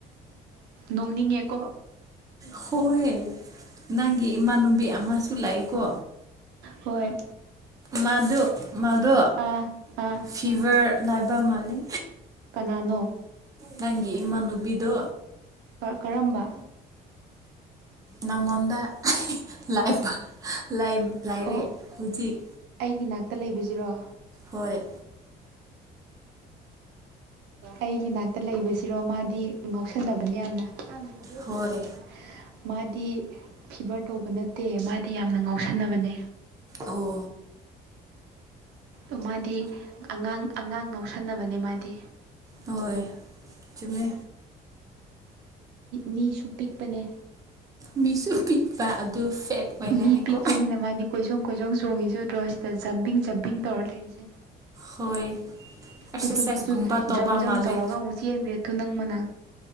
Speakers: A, on the right (about 85°); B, on the right (about 20°).
A: ꯅꯣꯡꯅꯤꯡꯉꯦꯀꯣ
B: ꯍꯣꯏ ꯅꯪꯒꯤ ꯏꯃꯥꯟꯅꯨꯕꯤ ꯑꯃꯁꯨ ꯂꯥꯛꯏꯀꯣ
A: ꯍꯣꯏ
B: ꯃꯥꯗꯨ ꯃꯥꯗꯣ
A: ꯑꯥ ꯑꯥ
B: ꯐꯤꯚꯔ ꯂꯥꯏꯕ ꯃꯥꯂ
A: ꯀꯅꯥꯅꯣ
B: ꯅꯪꯒꯤ ꯏꯃꯥꯟꯅꯨꯕꯤꯗꯣ
A: ꯀꯔꯝꯕ
B: ꯅꯪꯉꯣꯟꯗ ꯂꯥꯏ ꯂꯥꯏ ꯂꯥꯏꯔꯛ
A: ꯑꯣ
B: ꯍꯧꯖꯤꯛ
A: ꯑꯩꯒꯤ ꯅꯥꯛꯇ ꯂꯩꯕꯁꯤꯔꯣ
B: ꯍꯣꯏ
A: ꯑꯩꯒꯤ ꯅꯥꯛꯇ ꯂꯩꯕꯁꯤꯔꯣ ꯃꯥꯗꯤ ꯉꯥꯎꯁꯟꯅꯕꯅꯤ ꯌꯥꯝꯅ ꯍꯗ
B: ꯍꯣꯏ
A: ꯀ ꯃꯥꯗꯤ ꯐꯤꯕꯔ ꯇꯧꯕ ꯅꯠꯇꯦ ꯃꯥꯗꯤ ꯌꯥꯝꯅ ꯉꯥꯎꯁꯟꯅꯕꯅꯦ
B: ꯑꯣ
A: ꯑ ꯃꯥꯗꯤ ꯑꯉꯥꯡ ꯑꯉꯥꯡ ꯉꯧꯁꯟꯅꯕꯅꯦ ꯃꯥꯗꯤ
B: ꯍꯣꯏ ꯆꯃꯦ
A: ꯃꯤꯁꯨ ꯄꯤꯛꯄꯅꯦ
B: ꯃꯤꯁꯨ ꯄꯤꯛꯄ ꯑꯗꯨ ꯐꯦꯠ ꯑꯣꯏꯔꯅꯤꯀꯣ
A: ꯃꯤ ꯄꯤꯛꯄꯅꯤꯅ ꯃꯥꯗꯤ ꯀꯣꯏꯁꯣꯡ ꯀꯣꯏꯁꯣꯡ ꯆꯣꯡꯉꯤꯁꯨꯨꯠꯇ꯭ꯔꯣ ꯁꯤꯗ ꯖꯝꯄꯤꯡ ꯖꯝꯄꯤꯡ ꯇꯧꯔ ꯂꯩꯔꯤꯁꯦ
B: ꯍꯣꯏ ꯑꯦꯛꯁꯔꯁꯥꯏꯁꯒꯨꯝꯕ
A: ꯇꯨ ꯇꯨ ꯇꯨ ꯇꯨ
B: ꯇꯧꯕ
A: ꯖꯝ ꯖꯝ
B: ꯃꯥꯜꯂꯦ
A: ꯇꯧꯔꯒ ꯑꯃꯨꯛ ꯆꯦꯟꯈ꯭ꯔꯦ ꯇꯨ ꯅꯪ ꯑ